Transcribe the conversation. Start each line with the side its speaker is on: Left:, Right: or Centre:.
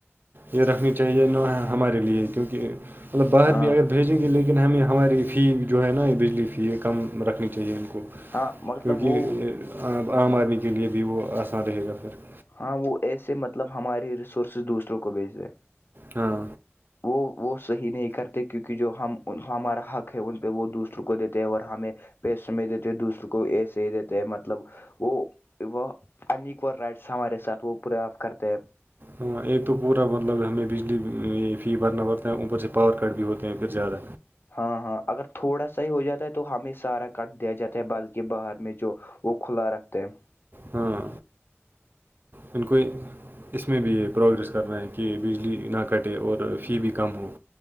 Right: یہ رکھنی چاہیے ن ہمارے لیے کیونکہ مطلب باہر
Left: ہاں
Right: بھی اگر بھیجیں گے لیکن ہمیں ہماری فی جو ہے نا یہ بجلی فی ہے کم رکھنی چاہیے ان کو
Left: ہاں مطلب
Right: کیونکہ
Left: وہ
Right: عام عام آدمی کے لیے بھی وہ آسان رہے گا سر
Left: ہاں وہ ایسے مطلب ہماراری ریسورسز دوسروں کو بھیچ دے
Right: ہاں
Left: وہ وہ صحیح نہیں کرتے کیونکہ جو ہم ہمارا حق ہے ان پہ وہ دوسروں کو دیتے ہیں اور ہمیں پیس دیتے دوسروں کو ایسے ہی دیتے ہیں مطلب وہ وہ انیکول رائٹ ہمارے ساتھ وہ پورے آ کرتے ہیں
Right: ہاں ایک تو پورا مطلب ہمیں بھی بجلی فی بھرنا پڑتا ہے اوپر سے پاور کٹ بھی ہوتے ہیں پھر زیادہ
Left: ہاں ہاں اگر تھوڑا سا ہی ہو جاتا ہے تو ہمیں سارا کٹ دیا جاتا ہے بلکہ باہر میں جو وہ کھلا رکھتے ہے ہیں
Right: ہاں پ کوئی اس میں بھی پروگریس کرنا ہے کہ بجلی نہ کٹے اور فی بھی کم ہو